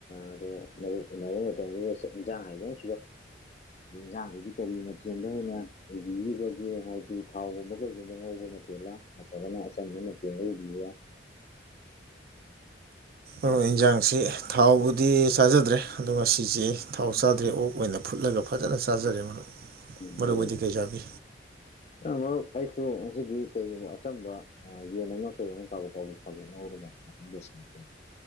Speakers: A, on the left; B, on the right.
A: ꯑꯗꯣ ꯃꯔꯨꯞ ꯎꯅꯕ ꯃꯇꯝꯗꯨꯗ ꯏꯟꯖꯥꯡ ꯍꯥꯏꯗꯧ <inaudible> ꯏꯟꯁꯥꯡꯗꯨꯗꯤ ꯀꯔꯤ ꯃꯆꯦꯜꯗ ꯑꯣꯏꯅ ꯏꯕꯤꯔꯤꯕꯒꯦ ꯍꯥꯏꯕꯗꯤ ꯊꯥꯎꯒꯨꯝꯕ ꯀꯩꯒꯨꯝꯕ ꯉꯧꯕ ꯃꯇꯝ ꯦꯜꯂꯥ ꯅꯠꯇ꯭ꯔꯒꯅ ꯑꯆꯝꯕꯅ ꯇꯦꯜꯂ ꯎꯕꯤꯌ
B: ꯑꯣ ꯏꯟꯁꯥꯡꯁꯤ ꯊꯥꯎꯕꯨꯗꯤ ꯆꯥꯖꯗ꯭ꯔꯦ ꯑꯗꯣ ꯃꯁꯤꯁꯦ ꯊꯥꯎ ꯆꯥꯗ꯭ꯔꯦ ꯑꯣꯛ ꯑꯣꯏꯅ ꯐꯨꯠꯂꯒ ꯐꯖꯅ ꯆꯥꯖꯔꯦ ꯃꯔ
A: ꯑꯗꯨ
B: ꯃꯔꯨ ꯑꯣꯏꯏꯗꯤ ꯀꯩ ꯆꯥꯕꯤ
A: ꯃꯔꯨꯞ ꯑꯩꯁꯨ ꯉꯁꯤꯗꯤ ꯀꯩꯒꯨꯝꯕ ꯑꯆꯝꯕ ꯌꯦꯟ ꯑꯃ ꯀꯩ ꯑꯃ ꯀꯥꯎꯕ ꯀꯥꯎꯕ ꯐꯥꯎ ꯁꯇ